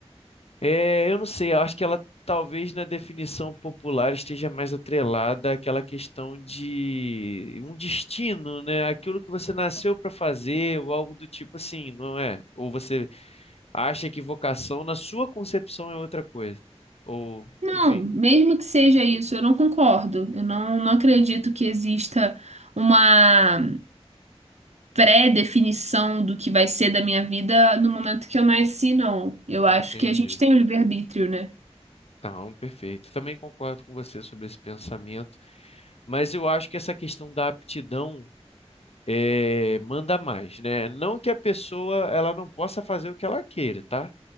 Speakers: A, on the left (about 65°); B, on the right (about 80°).
A: É, eu não sei, eu acho que ela talvez na definição popular esteja mais atrelada àquela questão de um destino, né? Aquilo que você nasceu para fazer, ou algo do tipo assim, não é? Ou você acha que vocação na sua concepção é outra coisa. Ou,
B: Não,
A: enfim,
B: mesmo que seja isso, eu não concordo. Eu não, não acredito que exista uma pré-definição do que vai ser da minha vida no momento que eu nasci, não. Eu
A: entendi.
B: acho que a gente tem o livre-arbítrio, né?
A: Tá, um perfeito. Também concordo com você sobre esse pensamento, mas eu acho que essa questão da aptidão é, manda mais, né? Não que a pessoa ela não possa fazer o que ela queira, tá?